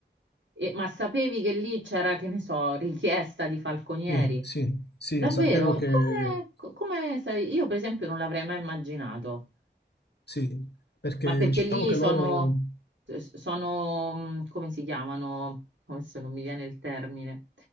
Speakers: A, on the right; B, on the left.
A: E- ma sapevi che lì c'era, che ne so, richiesta di falconieri?
B: Sì, sì, sì,
A: Davvero?
B: sapevo che
A: Come, co- come sai? Io per esempio non l'avrei mai immaginato,
B: sì, perché
A: ma perché
B: diciamo
A: lì
B: che
A: sono,
B: loro
A: sono, mh, come si chiamano? Adesso non mi viene il termine.